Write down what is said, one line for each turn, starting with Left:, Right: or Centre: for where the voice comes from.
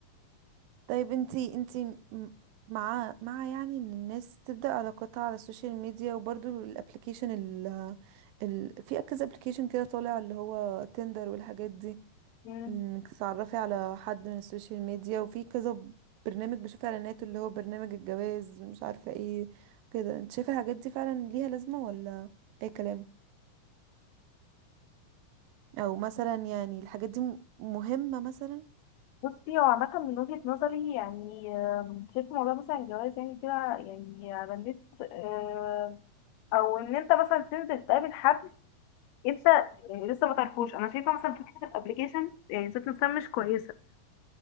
Right: طيب انتي انتي م- مع مع يعني ان الناس تبدأ علاقاتها على السوشيال ميديا وبرضو الابليكيشن ال... ال... في كذا ابليكيشن كده طالع اللي هو تندر والحاجات دي
Left: مم.
Right: انك تتعرفي على حد من السوشيال ميديا وفي كذا برنامج بشوف اعلاناته اللي هو برنامج الجواز مش عارفة ايه كده انت شايفة الحاجات دي فعلا ليها لازمة ولا اي كلام او مثلا يعني الحاجات دي م- مهمة مثلا
Left: بصي هو عامة من وجهة نظري يعني آم، شايف موضوع مثلا الجواز يعني كده يعني على النت آه، أو إن أنت مثلا تنزل تقابل حد أنت يعني لسه ما تعرفوش أنا شايفة مثلا فكرة الأبليكيشن يعني ذات نفسها مش كويسة